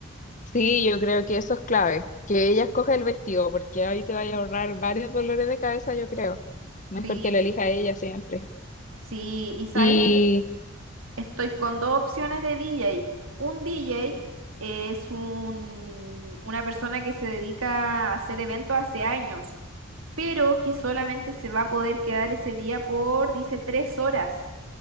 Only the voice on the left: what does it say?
Sí, yo creo que eso es clave, que ella escoja el vestido, porque ahí te vaya a ahorrar varios dolores de cabeza, yo creo. Mejor
que lo elija ella siempre.
Y